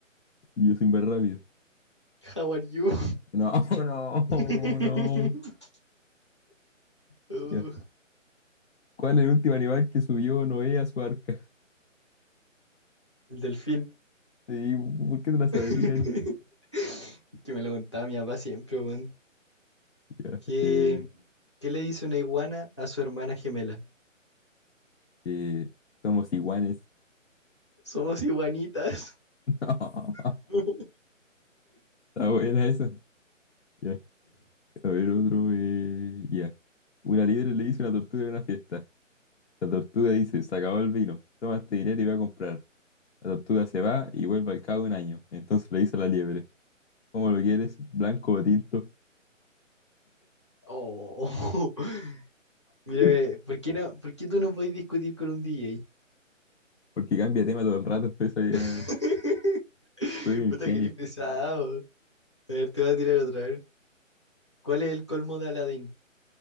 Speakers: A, on the left; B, on the left.
A: Y yo sin ver rápido.
B: How are you?
A: No, <laughs> no,
B: <laughs>
A: no.
B: Oh,
A: Ya. ¿Cuál es el último animal que subió Noé a su arca?
B: el delfín.
A: Sí, ¿por qué te la sabías?
B: <laughs> Que me lo contaba mi papá siempre, weón.
A: Ya.
B: ¿Qué,
A: eh,
B: qué le dice una iguana a su hermana gemela?
A: eh, somos iguanes.
B: Somos iguanitas.
A: <laughs> No.
B: <laughs>
A: Está buena esa. Ya. A ver, otro. eh, ya. Una liebre le hizo una tortuga en una fiesta. La tortuga dice, se acabó el vino. Toma este dinero y va a comprar. La tortuga se va y vuelve al cabo de un año. Entonces le dice a la liebre, ¿cómo lo quieres? ¿Blanco o tinto?
B: Oh, <laughs> mírame,
A: <laughs>
B: ¿por qué no, por qué tú no puedes discutir con un DJ?
A: Porque cambia de tema todo el rato, pues ya
B: <laughs>
A: soy un
B: Puta,
A: genio.
B: que eres pesado. A ver, te voy a tirar otra vez. ¿Cuál es el colmo de Aladdin?